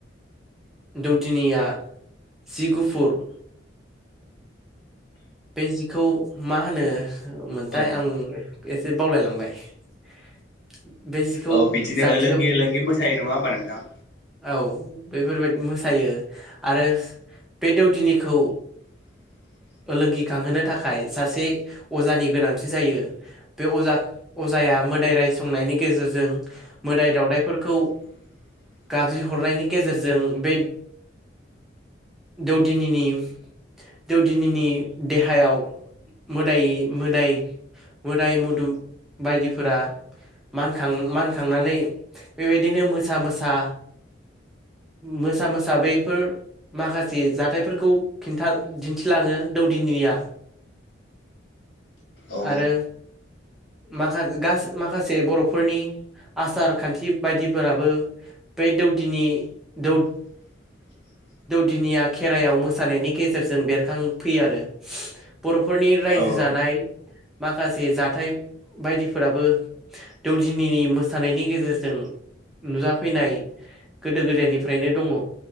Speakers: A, in the centre; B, on the left.
A: दौदिनिया जि गुफुर बे जिखौ मा होनो मोनथाय
B: औ
A: आं एसे बावलायलांबाय <inaudible>
B: औ बिदिनो
A: जान्जियाव
B: लोंगिलोंगि मोसायो नङा होमबा नोंथां
A: औ बेफोरबायाददि मोसायो आरो बे दौदिनिखौ
B: <inaudible>
A: लोंगिखांहोनो थाखाय सासे अजानि गोनांथि जायो बे अजा अजाया मोदाय रायसंनायनि गेजेरजों मोदाय दावउदायफोरखौ
B: <inaudible>
A: गाज्रि हरनायनि गेजेरजों बे दौदिनिनि दौदिनिनि देहायाव मोदाय मोदाय मोदाय मुदोम बायदिफोरा मानखां मानखांनानै बेबायदिनो मोसा मोसा मोसा मोसा बैफोर माखासे जाथायफोरखौ खिन्था दिन्थिलाङो दौदिनिया
B: औ
A: आरो माखा गासै माखासे बर'फोरनि आसार खान्थि बायदिफोराबो बे दौदिनि दौ
B: <inaudible>
A: दौदिनिया खेराइयाव मोसानायनि गेजेरजों बेरखांफैयो आरो बर'फोरनि रायजो
B: औ
A: जानाय माखासे जाथाय बायदिफोराबो दौदिनिनि मोसानायनि गेजेरजों नुजाफैनाय गोदो गोदायनिफ्रायनो दङ